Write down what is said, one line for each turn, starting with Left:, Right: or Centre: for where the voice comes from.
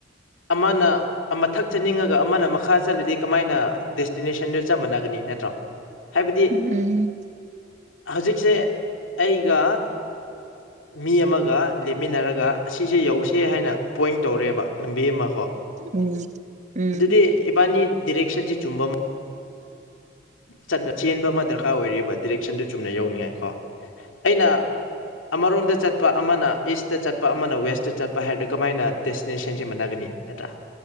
Left: ꯑꯃꯅ ꯑꯃꯊꯛ ꯆꯠꯅꯤꯡꯉꯒ ꯑꯃꯅ ꯃꯈꯥ ꯆꯠꯂꯤꯗꯤ ꯀꯃꯥꯏꯅ ꯗꯦꯁꯇꯤꯅꯦꯁꯟꯗꯨ ꯆ ꯃꯥꯟꯅꯒꯅꯤ ꯅꯠꯇ꯭ꯔꯣ ꯍꯥꯏꯕꯗꯤ
Right: ꯎꯝ
Left: ꯍꯧꯖꯤꯛꯁꯦ ꯑꯩꯒ ꯃꯤ ꯑꯃꯒ ꯂꯦꯞꯃꯤꯟꯅꯔꯒ ꯑꯁꯤꯁꯦ ꯌꯧꯁꯦ ꯍꯥꯏꯅ ꯄꯣꯏꯟ ꯇꯧꯔꯦꯕ ꯂꯝꯕꯤ ꯑꯃ ꯀꯣ
Right: ꯎꯝ ꯎꯝ ꯎꯝ
Left: ꯑꯗꯨꯗꯤ ꯏꯕꯥꯅꯤ ꯗꯤꯔꯦꯛꯁꯟꯁꯤ ꯆꯨꯝꯕ ꯆꯠꯅ ꯆꯦꯟꯕ ꯑꯃ ꯗꯔꯀꯥꯔ ꯑꯣꯏꯔꯦꯕ ꯗꯤꯏꯔꯦꯛꯁꯟꯗꯨ ꯆꯨꯝꯅ ꯌꯧꯅꯤꯡꯉꯥꯏ ꯀꯣ ꯑꯩꯅ ꯑꯃꯔꯣꯝꯗ ꯆꯠꯄ ꯑꯃꯅ ꯏꯁꯇ ꯆꯠꯄ ꯑꯃꯅ ꯋꯦꯁꯇ ꯆꯠꯄ ꯍꯥꯏꯔꯗꯤ ꯀꯃꯥꯏꯅ ꯗꯦꯁꯇꯤꯅꯦꯁꯟꯁꯤ ꯃꯥꯟꯟꯅꯒꯅꯤ ꯅꯠꯇ꯭ꯔꯥ